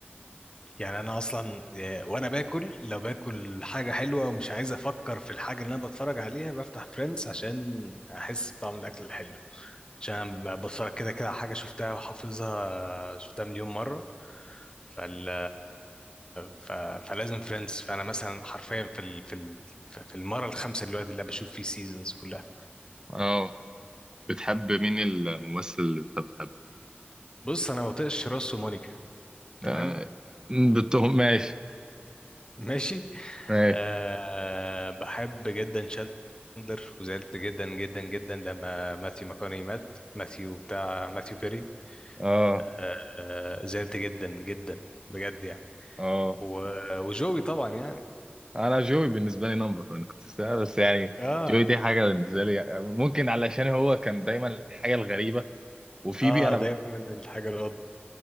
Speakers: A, on the left; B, on the right.
A: يعني انا اصلا آه، وانا باكل لو باكل حاجه حلوه ومش عايز افكر في الحاجه اللي انا بتفرج عليها بفتح فريندز عشان احس بطعم الاكل الحلو عشان أنا بتفرج كده كده على حاجه شفتها وحافظها آه، شفتها مليون مره فال ف... فلازم فريندز فانا مثلا حرفيا في ال... في ال... في المره الخامسه دلوقتي اللي أنا بشوف فيه سيزونز كلها
B: اه بتحب مين الممثل اللي انت بتحبه
A: بص انا ما بطيقش روس ومونيكا تمام
B: آه، بتهم ماشي
A: <laughs> ماشي
B: ماشي
A: أه بحب جدا شاندلر وزعلت جدا جدا جدا لما ماثيو ماكوني مات ماثيو بتاع ماثيو بيري
B: اه
A: أه آه، زعلت جدا جدا بجد يعني
B: اه
A: و- وجوي طبعا يعني
B: انا جوي بالنسبه لي نمبر انا كنت لسه- بس يعني
A: اه
B: جوي دي حاجه بالنسبه لي يعني ممكن علشان هو كان دايما الحاجه الغريبه وفيبي
A: اه
B: انا
A: دايما
B: ب-
A: الحاجة القط